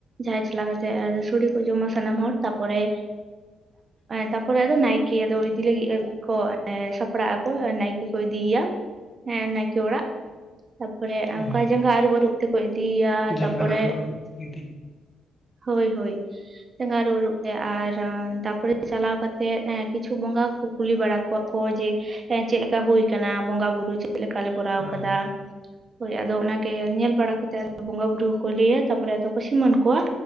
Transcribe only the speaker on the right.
ᱡᱟᱦᱟᱸᱭ ᱪᱟᱞᱟᱣ ᱠᱟᱛᱮᱜ ᱥᱚᱲᱮ ᱠᱚ ᱡᱚᱢᱟ ᱥᱟᱱᱟᱢ ᱦᱚᱲ ᱛᱟᱯᱚᱨᱮ ᱛᱟᱯᱚᱨᱮ ᱟᱫᱚ ᱱᱟᱭᱠᱮᱟᱫᱚ ᱤᱫᱤ ᱞᱟᱹᱜᱤᱫ ᱮ ᱠᱚ ᱥᱟᱯᱲᱟᱜ ᱟᱠᱚ ᱱᱟᱭ ᱠᱚ ᱤᱫᱤᱭᱭᱟ ᱦᱮᱸ ᱱᱟᱭᱠᱮ ᱚᱲᱟᱜ ᱛᱟᱯᱚᱨᱮ ᱚᱱᱠᱟ
ᱡᱟᱸᱜᱟ ᱟᱹᱨᱩᱵᱟ‌. ᱨᱩᱵ ᱛᱮᱠᱚ ᱤᱫᱤᱭᱭᱟ
ᱛᱟᱯᱚᱨᱮ
ᱦᱳᱭ ᱦᱳᱭ ᱡᱟᱜᱟ ᱟᱨᱩᱜ ᱟᱨᱩᱜ ᱛᱮ ᱟᱨ ᱛᱟᱯᱚᱨᱮ ᱪᱟᱞᱟᱣ ᱠᱟᱛᱮᱜ ᱠᱤᱪᱷᱩ ᱵᱚᱸᱜᱟᱠᱚ ᱠᱚ ᱠᱩᱞᱤ ᱵᱟᱲᱟ ᱠᱚᱣᱟ ᱠᱚ ᱡᱮ ᱪᱮᱫ ᱪᱮᱫ ᱞᱮᱠᱟ ᱦᱩᱭ ᱠᱟᱱᱟ ᱵᱚᱸᱜᱟ ᱵᱩᱨᱩ ᱪᱮᱫ ᱞᱮᱠᱟᱞᱮ ᱠᱚᱨᱟᱣ
ᱟᱠᱟᱫᱟ ᱾ ᱦᱳᱭ ᱟᱫᱚ ᱚᱱᱟᱜᱮ ᱧᱮᱞ ᱵᱟᱲᱟ ᱠᱟᱛᱮ ᱟᱫᱚ ᱵᱚᱸᱜᱟ ᱵᱩᱨᱩ ᱦᱚᱸᱠᱚ ᱞᱟᱹᱭᱟ ᱛᱟᱯᱚᱨᱮ ᱟᱫᱚ ᱠᱚ ᱥᱤᱢᱟᱹᱱ ᱠᱚᱣᱟ᱾